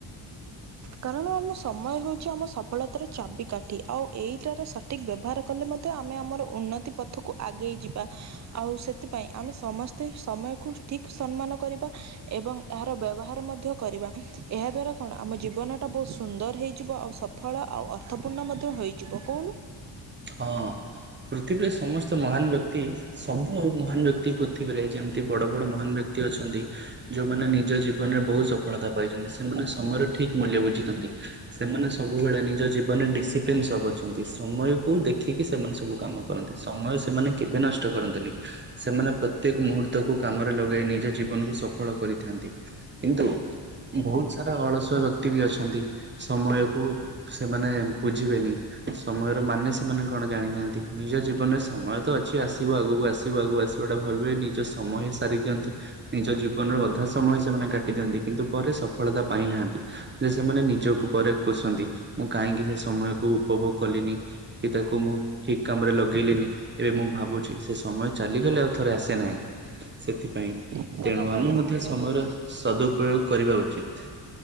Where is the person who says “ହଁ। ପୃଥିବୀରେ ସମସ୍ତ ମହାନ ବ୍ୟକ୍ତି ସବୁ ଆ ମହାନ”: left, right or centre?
Right